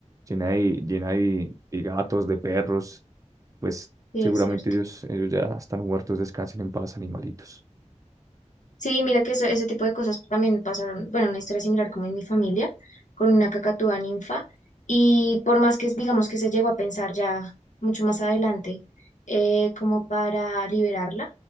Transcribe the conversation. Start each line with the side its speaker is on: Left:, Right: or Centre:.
Right: llena de, llena de de gatos, de perros pues
Left: Sí,
Right: seguramente
Left: es cierto.
Right: ellos, ellos ya están muertos, descansen en paz, animalitos.
Left: Sí, mira que eso- ese tipo de cosas también pasaron, bueno, una historia similar como en mi familia, con una cacatúa ninfa, y por más que, digamos que se llegó a pensar ya mucho más adelante, eh, como para liberarla,